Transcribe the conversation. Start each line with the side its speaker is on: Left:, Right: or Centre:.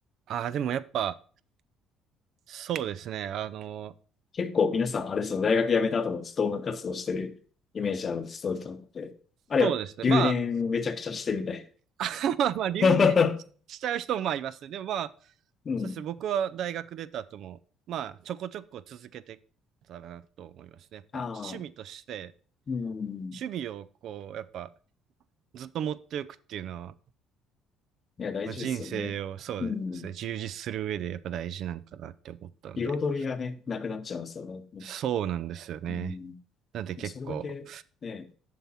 Right: ああ、でもやっぱ、そうですね。あの、
Left: 結構皆さん、あれですよね、大学辞めた後もずっと音楽活動してるイメージある人々って、あれは留年めちゃくちゃしてみたい。
Right: そうですね。まあ、<laughs> まあ、まあ、留年
Left: <laughs>
Right: しちゃう人もまあいますね。でもまあ、
Left: うん。
Right: そうですね。僕は大学出た後も、まあ、ちょこちょこ続けてたらなと思いますね。やっぱ、
Left: ああ、
Right: 趣味として、
Left: うん。
Right: 守備をこう、やっぱずっと持っておくっていうのは、
Left: いや、大事ですよね。
Right: まあ、人生をそうですね、
Left: うん。
Right: 充実する上でやっぱ大事なんかなって思ったんで、
Left: 彩りがね、なくなっちゃいますよね。
Right: そうなんですよね。
Left: うん。
Right: なんで結構、
Left: もうそれだけ、ね